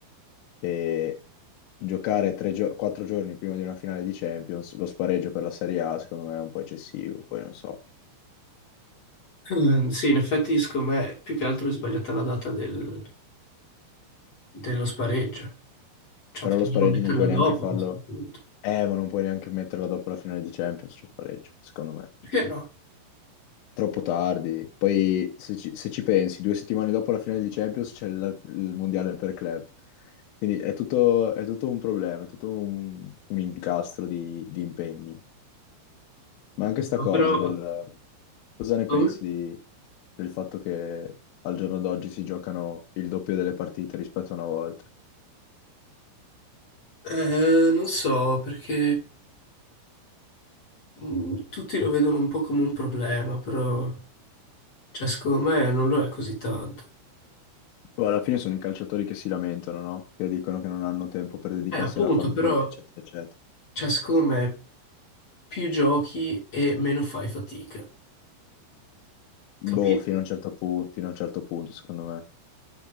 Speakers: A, on the left; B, on the left.
A: E giocare tre gio- quattro giorni prima di una finale di Champions, lo spareggio per la Serie A, secondo me è un po' eccessivo, poi non so.
B: Eh, sì, in effetti, secondo me, più che altro è sbagliata la data del- dello spareggio. Cioè,
A: Però
B: potevano
A: lo spareggio
B: metterla
A: non puoi neanche
B: dopo
A: farlo,
B: a questo punto.
A: eh, ma non puoi neanche metterla dopo la finale di Champions, lo spareggio, secondo me.
B: Perché no?
A: Troppo tardi. Poi, se ci, se ci pensi, due settimane dopo la finale di Champions c'è il, il mondiale per club. Quindi è tutto, è tutto un problema, è tutto un, un incastro di, di impegni. Ma anche sta
B: No,
A: cosa
B: Però,
A: del... Cosa ne pensi
B: come?
A: di- del fatto che al giorno d'oggi si giocano il doppio delle partite rispetto a una volta?
B: Eh, non so, perché mm, tutti lo vedono un po' come un problema, però, cioè, secondo me non lo è così tanto.
A: Poi alla fine sono i calciatori che si lamentano, no? Che dicono che non hanno tempo per dedicarsi
B: Eh, appunto,
A: alla famiglia,
B: però,
A: eccetera, eccetera.
B: cioè, secondo me, più giochi e meno fai fatica, capito?
A: Boh, fino a un certo pu- fino a un certo punto, secondo me.